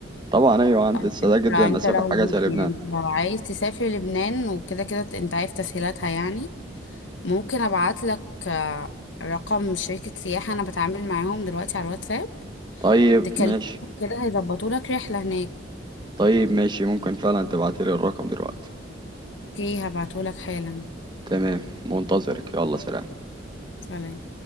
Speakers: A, on the right (about 25°); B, on the left (about 80°).
A: طبعا ايوه عندي
B: طب
A: استعداد
B: انت
A: جدا
B: انت
A: ان اسافر
B: لو
A: حاجه زي لبنان
B: يعني انت لو عايز تسافر لبنان وكده كده انت عارف تسهيلاتها يعني ممكن ابعت لك آه، رقم شركة سياحة انا بتعامل معاهم دلوقتي على الواتساب
A: طيب
B: تكلم
A: ماشي
B: كده هيظبطوا لك رحلة هناك
A: طيب ماشي ممكن فعلا تبعتلي الرقم دلوقتي
B: اوكي هبعته لك حالا
A: تمام منتظرك يلا سلام
B: سلام